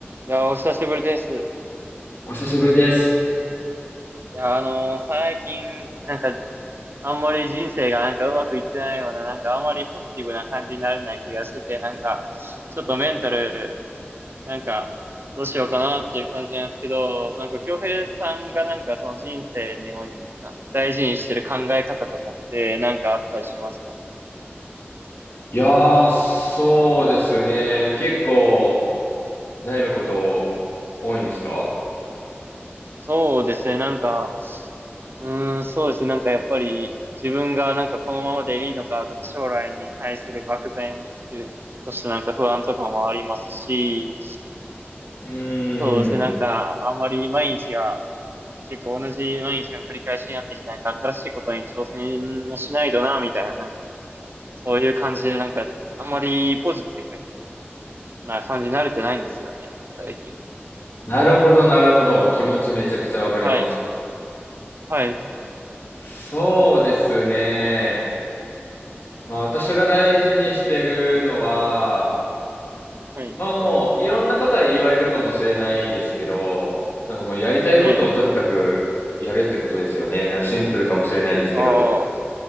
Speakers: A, on the right (about 60°); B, on the left (about 60°).
A: いや、お久しぶりです。い
B: お久しぶりです。
A: や、あのー最近、なんか、あんまり人生がなんかうまくいってないような、なんかあんまりポジティブな感じになれない気がしてて、なんか、ちょっとメンタル、なんか、どうしようかなっていう感じなんですけど、なんか、京平さんがなんかその人生においてなんか、大事にしてる考え方とかって、なんかあったりしますか
B: いやー、そうですね。結構悩むこと多いんですか
A: そうですね、なんか、うーん、そうですね、なんかやっぱり自分がなんかこのままでいいのかとか将来に対する漠然っていう、そしてなんか不安とかもありますし、
B: うー
A: そうですね、
B: ん。
A: なんかあんまり毎日が結構同じ毎日の繰り返しになってきたなんか新しいことに挑戦もしないとな、みたいな、なんかそういう感じでなんかあんまりポジティブな感じに慣れてないんですよね、最近。
B: なるほど、なるほど。気持ちめちゃくちゃわかります。
A: はい。はい。
B: そうですね。まあ私が大事にしてるのは、
A: はい。
B: まあもういろんな方言われるかもしれないですけど、なんかもうやりたいことをとにかくやるってことですよね。
A: はい。
B: なんかシンプルかもしれないですけど、
A: ああ。